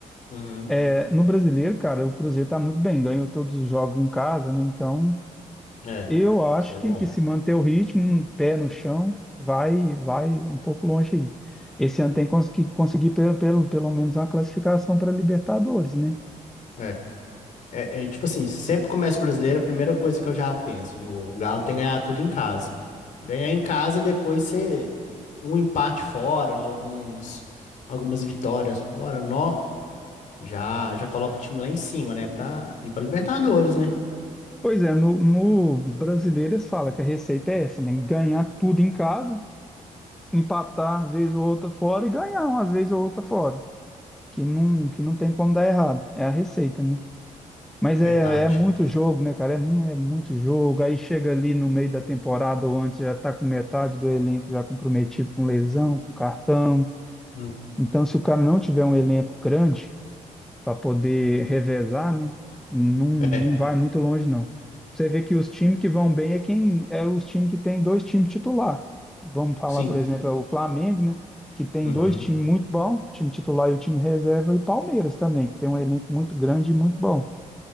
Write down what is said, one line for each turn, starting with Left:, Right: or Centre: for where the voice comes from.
Left: uhum.
Centre: É, no Brasileiro, cara, o Cruzeiro tá muito bem, ganhou todos os jogos em casa, né? Então.
Left: É,
Centre: Eu acho
Left: isso é
Centre: que,
Left: bom.
Centre: que se manter o ritmo, um pé no chão, vai vai um pouco longe aí. Esse ano tem cons- que conseguir pelo, pelo, pelo menos uma classificação para Libertadores, né?
Left: É, é, é, tipo assim, sempre começa o brasileiro, a primeira coisa que eu já penso, o Galo tem que ganhar tudo em casa. Ganhar em casa, depois ser um empate fora, alguns, algumas vitórias fora, nó, já, já coloca o time lá em cima, né, pra ir pra Libertadores, né?
Centre: Pois é, no, no brasileiro eles falam que a receita é essa, né? Ganhar tudo em casa, empatar vez ou outra fora e ganhar umas vezes ou outra fora, que não, que não tem como dar errado. É a receita, né? Mas é,
Left: Verdade.
Centre: é muito jogo, né, cara? É, mu- é muito jogo. Aí chega ali no meio da temporada ou antes, já tá com metade do elenco já comprometido com lesão, com cartão.
Left: Hum.
Centre: Então, se o cara não tiver um elenco grande para poder revezar, né, não, não
Left: É,
Centre: vai muito longe, não. Você vê que os times que vão bem é quem é os times que tem dois times titular. Vamos falar,
Left: sim.
Centre: por exemplo, é o Flamengo, né? Que tem
Left: Uhum.
Centre: dois times muito bons, time titular e o time reserva, e Palmeiras também, que tem um elenco muito grande e muito bom.